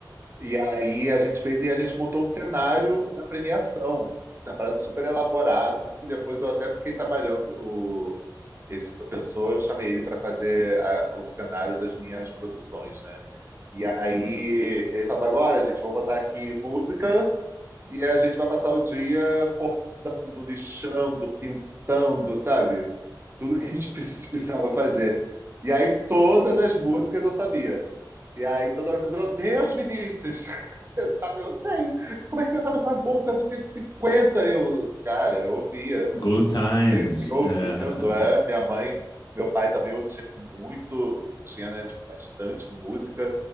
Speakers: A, on the right (about 30°); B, on the left (about 60°).
A: E aí a gente fez e a gente montou o cenário da premiação. Isso é uma parada super elaborada. Tanto que depois eu até fiquei trabalhando o, esse professor, eu chamei ele para fazer a- os cenários das minhas produções, né? E aí ele falava, agora, gente, vou botar aqui música e a gente vai passar o dia cortando, lixando, pintando, sabe? Tudo que a gente <laughs> precis- precisava fazer. E aí todas as músicas eu sabia. E aí toda hora eu falei, meu Deus, Vinícius! <laughs> Eu, sabe, eu sei. Como é que você sabe essa música, essa música de cinquenta Eu, cara, eu ouvia. Eu
B: good times.
A: cresci ouvindo.
B: É.
A: É, minha mãe, meu pai também, eu tinha muito, tinha, né, tipo, bastante música